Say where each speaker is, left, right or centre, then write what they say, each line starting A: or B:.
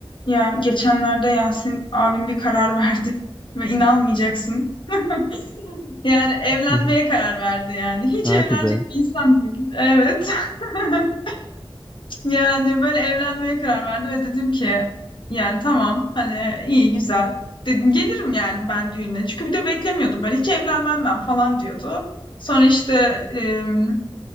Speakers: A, on the left (about 55°); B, in the centre.
A: Ya geçenlerde Yasin abim bir karar verdi <laughs> ve inanmayacaksın. <laughs> Yani evlenmeye
B: Evet.
A: karar verdi yani. Hiç
B: Hadi
A: evlenecek
B: be.
A: bir insan değil. Evet. <laughs> Yani böyle evlenmeye karar verdi ve dedim ki yani tamam hani iyi güzel. Dedim gelirim yani ben düğüne. Çünkü bir de beklemiyordum böyle hiç evlenmem ben falan diyordu. Sonra işte em,